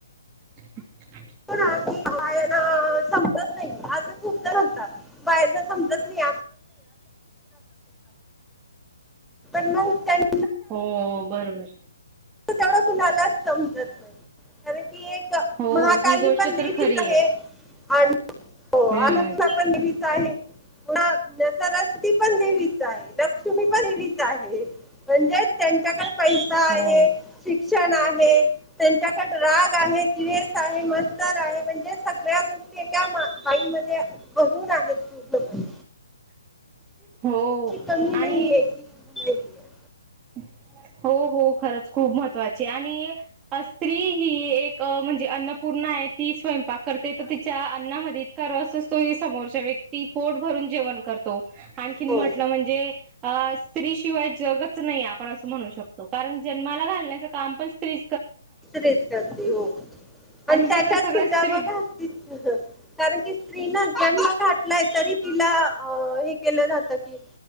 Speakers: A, on the right; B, in the centre.
A: हम
B: आी बायाला समजत नाही आता खूप जण होतात बायांना समजत नाही ण
A: हो बरबर
B: त तेवढं कुणालाच समजत नाही कारण ती एक
A: हो
B: महाकाली
A: ही गोष्ट
B: पण देवीच
A: तर खरी
B: आहे आणि हो आनला
A: हम्म
B: पण नेहमीच आहे न तरस्ती पण देवीच आहे लक्ष्मी पण एवीच आहे म्हणजे त्यांच्याकडे पैसा
A: हो
B: आहे शिक्षण आहे त्यांच्या राग आहे जवेस आहे मस्तर आहे म्हणजे सगळ्या गोष्टी एका आईमध्ये बहून आहेत तू स
A: अे हो
B: कमी नाहीये
A: आणिच
B: की नाहीये.
A: हम् हो हो खरंच खूप महत्त्वाची आणि स्त्री ही एक म्हणजे अन्नपूर्ण आहे ती स्वयंपाक करते तर तिच्या अन्नामध्येत कार अस असतो समोरच्या व्यक्ती पोट भरून जे आणखी
B: हो
A: म्हट म्हणजे स्तिवाय ज आपण अस म्हणू शकतो कारण जन्माला घालण्याचं काम पण स्त्री
B: रच करते हो आणि त्याच्यात
A: जर सगळ्या
B: सुद्धा
A: स्त्री
B: बघा कारण की स्त्री न जन्म घ तरी तिला केलं जात की